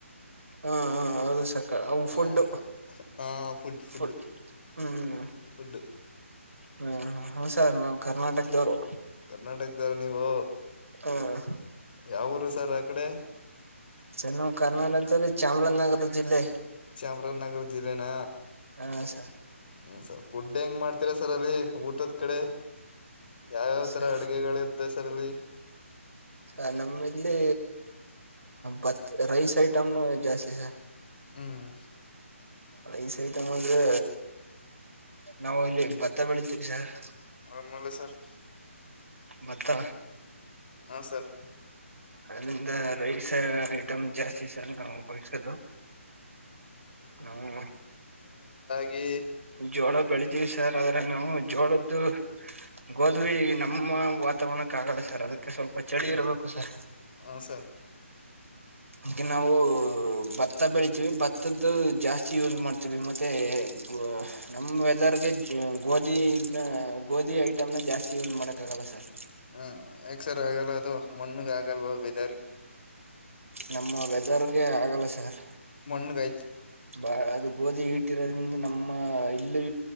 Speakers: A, on the right; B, on the left.
A: ಹಾ ಹ ಹೌದು ಸಕ ಫುಡ್
B: ಹ ಹ ಫುಡ್ ಫುಡ್
A: ಫು ಹ್ಮ್
B: ಫುಡ್
A: ಹ್ಮ್ ಹ ಹ ಸರ್ ನಾವು ಕರ್ನಾಟಕದವ್ರೆ
B: ಕರ್ನಾಟಕದವ್ರ ನೀವು?
A: ಹ್ಮ
B: ಯಾವ್ ಊರು ಸರ್ ಆ ಕಡೆ
A: ಸರ್ ನಾವು ಕರ್ನಾಟಕದಲ್ಲಿ ಚಾಮರಾಜನಗರ ಜಿಲ್ಲೆ
B: ಚಾಮರಾಜನಗರ ಜಿಲ್ಲೆನ
A: ಹ ಸರ್
B: ಹ್ಮ ಸರ್ ಫುಡ್ ಹೆಂಗ್ ಮಾಡ್ ತಿರ ಸರಲ್ಲಿ ಊಟದ್ ಕಡೆ ಯಾವ್ಯಾವ್
A: ಸರ್
B: ತರ ಅಡ್ಗೆಗಳಿರ್ತವೆ ಸರ್ ತರಲಿ
A: ಸರ್ ನಮ್ಮಿಲ್ಲಿ ಬತ್ ರೈಸ್ ಐಟಮ್ ಜಾಸ್ತಿ ಸರ್
B: ಉ ಹ್ಮ್
A: ರೈಸ್ ಐಟಮ್ ಅಂದ್ರೆ ನಾವು ಇಲ್ಲಿ ಭತ್ತ ಬೆಳಿತೀವಿ. ವಿಸಾರ್
B: ಆಮೂಲೆ ಸರ್.
A: ಭತ್ತ
B: ಹಾ ಸರ್
A: ಅಂದ ರೈಸ್ ಐಟಮ್ ಜಾಸ್ ವಿಶೇಷ ನಾವು ಬಳ್ಸದು ನಾವು
B: ಗಿ
A: ಜೋಳ ಬೆಳೀತೀವಿ ಸ್ ಸರ್ ಆದ್ರೆ ನಾವು ಜೋಳದ್ದು ಗೋದ್ವಿ ನಮ್ಮ ವಾತಾವರಣಕ್ಕೆ ಆಗಲ್ಲ ಸರ್ ಅದಕ್ಕೆ ಸ್ವಲ್ಪ ಚಳಿ ಇರ್ಬೇಕು ಸರ್.
B: ಹಾ ಸರ್
A: ಈಗ ನಾವು ಭತ್ತ ಬೆಳಿತೀವಿ ಭತ್ತದ್ದು ಜಾಸ್ತಿ ಯೂಸ್ ಮಾಡ್ತೀವಿ ಮತ್ತೆ ಗು ನಮ್ ವೆದರ್ಗೆ ಗೋಧಿ ಗೋಧಿ ಐಟಮ್ ನ ಜಾಸ್ತಿ ಯೂಸ್ ಮಾಡಕ್ ಆಗಲ್ಲ ಸರ್
B: ಹ್ಮ್ ಯಾಕ ಸರ್ ಆಗಲ್ಲಾ ಅದು ಮಣ್ಣಗ ಆಗ ಆಗಲ್ವಾ ವಿತ್.
A: ನಮ್ಮ ವೆದರ್ ಹಗೆ ಆಗಲ್ಲ ಸರ್
B: ಮಣ್ಣಗಾ
A: ಬಾ ಅದು ಗೋಧಿ ಹೀಟ್ ಇರೋದ್ರಿಂದ ನಮ್ಮ ಹ ಇಲ್ಲಿ